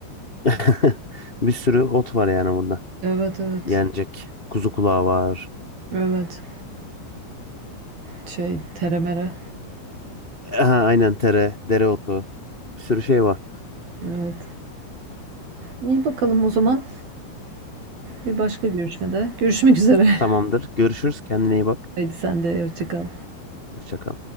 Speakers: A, on the left; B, on the right.
A: <laughs> Bir sürü ot var yani burada.
B: Evet evet.
A: Yenecek. Kuzu kulağı var.
B: Evet. Şey teremere.
A: Aha, aynen tere, dereotu. Bir sürü şey var.
B: Evet. İyi bakalım o zaman. Bir başka görüşmede. Görüşmek üzere.
A: Tamamdır.
B: <laughs>
A: Görüşürüz. Kendine iyi bak.
B: Haydi sen de hoşça kal.
A: Hoşça kal.